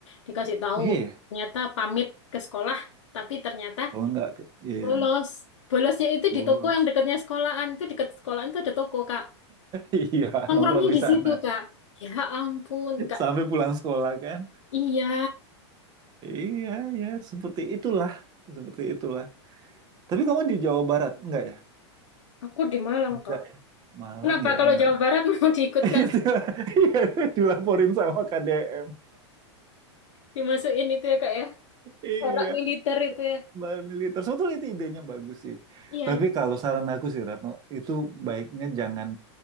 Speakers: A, on the left; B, on the right.
A: Dikasih tahu,
B: Iya. ya.
A: ternyata pamit ke sekolah, tapi ternyata
B: Kalau nggak, iya,
A: Bolos. Bolosnya itu
B: bolos.
A: di toko yang dekatnya
B: <laughs>
A: sekolahan. Itu dekat sekolahan itu ada toko, Kak.
B: Iya,
A: Nongkrongnya
B: nongkrong di
A: di
B: sana.
A: situ, Kak. Ya ampun, enggak.
B: sampai pulang sekolah kan.
A: Iya,
B: Iya, ya seperti itulah, seperti itulah. Tapi kamu di Jawa Barat enggak ya?
A: aku di Malang,
B: Enggak
A: Kak.
B: ya. Malang
A: Kenapa
B: ya,
A: kalau
B: enggak.
A: Jawa
B: ada.
A: Barat
B: <laughs>
A: <laughs> mau diikutkan,
B: Iya, dila- iya, dilaporin sama KDM.
A: dimasukin itu ya, Kak ya?
B: Iya,
A: Corak militer itu ya.
B: mbak militer. Sebetulnya itu idenya bagus sih.
A: Iya,
B: Tapi
A: itu.
B: kalau saran aku sih Ratno, itu baiknya jangan